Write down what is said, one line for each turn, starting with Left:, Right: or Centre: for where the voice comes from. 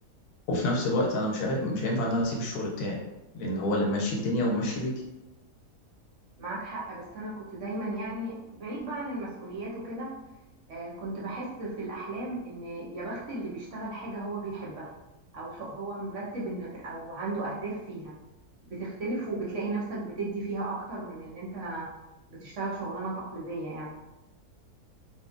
Left: وفي نفس الوقت انا مش هي- مش هينفع ان انا اسيب الشغل بتاعي لان هو اللي ماشي الدنيا وماشي بيتي
Right: معاك حق بس انا كنت دايما يعني بعيد بقى عن المسؤوليات وكده آه، كنت بحس في الاحلام ان يا بخت اللي بيشتغل حاجه هو بيحبها او ح- هو مرتب ان او عنده اهداف فيها بتختلف وبتلاقي نفسك بتدي فيها اكتر من ان انت بتشتغل شغلانه تقليديه يعني